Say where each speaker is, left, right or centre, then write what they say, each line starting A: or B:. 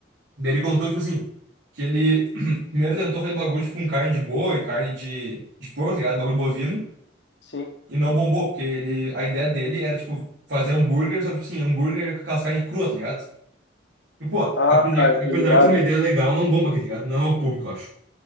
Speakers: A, on the right; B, on the left.
A: Daí ele contou, tipo assim, que ele <clears throat> primeiro tentou fazer bagulho, tipo, com carne de boi, carne de, de porco, tá ligado? Bagulho bovino,
B: Sim.
A: e não bombou, porque ele, a ideia dele era, tipo, fazer hambúrguer, só que, tipo assim, hambúrguer com aquelas carnes cruas, tá ligado? E, pô,
B: Ah,
A: apesar,
B: eu
A: apesar
B: tô ligado.
A: de ter uma ideia legal, não bomba aqui, tá ligado? Não é o público, eu acho.